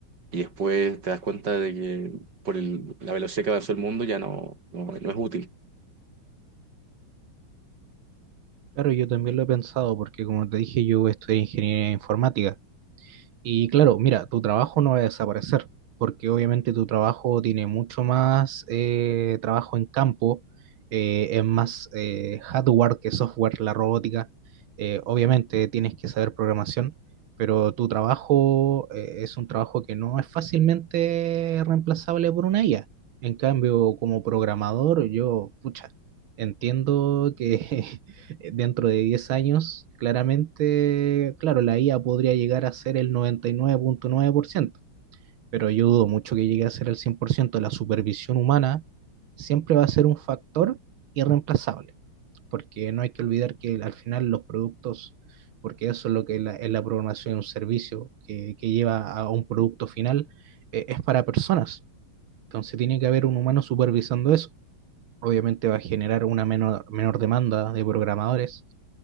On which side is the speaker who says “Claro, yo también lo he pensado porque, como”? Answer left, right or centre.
Right